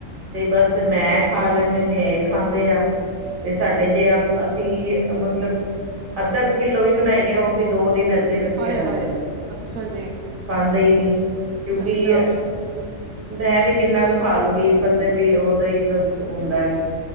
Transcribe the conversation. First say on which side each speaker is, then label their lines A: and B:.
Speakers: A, on the right (about 40°); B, on the right (about 85°).
A: ਤੇ ਬਸ ਮੈ ਖਾ ਲੈਦੀ ਹੁੰਦੀ ਇਹ ਖਾਦੇ ਆ, ਤੇ ਸਾਡੇ ਜੇ- ਅਸੀ ਮਤਲਬ ਅਧਾ ਕੁ ਕਿਲੋ ਵੀ ਬਣਾਈਏ ਉਹ ਵੀ ਦੋ ਦਿਨ- ਰੱਖਿਆ
B: ਆਏ
A: ਰਹਿੰਦਾ
B: ਹਾਏ
A: ਸਾਡੇ,
B: ਅੱਛਾ ਜੀ
A: ਖਾਦੇ ਈ ਨਈ ਕਿਉਕਿ
B: ਅੱਛਾ
A: ਐ ਮੈਂ ਵੀ ਕਿੰਨਾ ਕੁ ਖਾ ਲੂਗੀ, ਇਕ-ਅੰਧੇ ਪੀਸ ਉਹਦਾ ਈ ਬਸ ਹੁੰਦਾ ਐ।